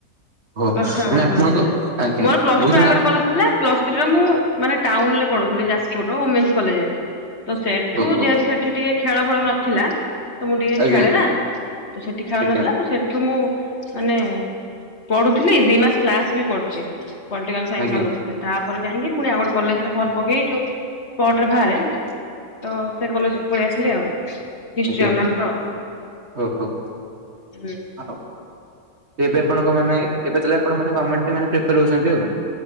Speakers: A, on the right; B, on the left.
A: ଓହୋ
B: ପ୍ଲସ ଟୁ ଆଉ
A: ମାନେ
B: ଗୋଟେ
A: ଆପଣ
B: କଲେଜ
A: ତ
B: ଥିଲା
A: ଆଜ୍ଞା
B: ମୋର ପ୍ଲସ
A: ବୁଝିଲି
B: ଟୁ ଆଉ
A: ମାନେ
B: ଗୋଟେ କଲେଜ ଥିଲା ପ୍ଲସ ମୁଁ ମାନେ ଟାଉନରେ ପଢୁଥିଲି ଯାଜପୁର ର ଓମେନ୍ସ କଲେଜରେ। ତ ସେଠୁ
A: ଓହୋ
B: ଯେହେତୁ ସେଠି ଟିକେ ଖେଳ ଭଳ <inaudible> ନଥିଲା। ତ ମୁଁ ଟିକେ
A: ଆଜ୍ଞା
B: ଖେଳେ ନା ତ ସେଠି ଖେଳ
A: ଆଜ୍ଞା
B: ନଥିଲା ତ ସେଠୁ ମୁଁ ମାନେ ପଢୁଥିଲି ଦି ମାସ କ୍ଲାସ ବି କରୁଛି। ପଲିଟିକାଲ ସାଇନ୍ସ
A: ଆଜ୍ଞା
B: ପରେ ଯାଇକି ପୁଣି ଆ ଗୋଟେଲେଜରେ ଫର୍ମ ପକେଇ ସ୍ପଟ ରେ ବାହାରେ,
A: ଆଜ୍ଞା
B: ତ ସେ କଲେଜକୁ
A: ଆଜ୍ଞା
B: ପଳେଇ ଆସିଲି ଆଉ। ହିଷ୍ଟ୍ରି
A: ଆଜ୍ଞା
B: ଅନର୍ସ ର
A: ଓହୋ।
B: ହୁଁ।
A: ଆଉ ଏବେ ଆପଣଙ୍କମାନେ ଏବେ ତାହେଲେ ଆପଣମାନେ ଗମେଣ୍ଟରେ ପ୍ରିପାୟାର ହେଉଛନ୍ତି ଆଉ।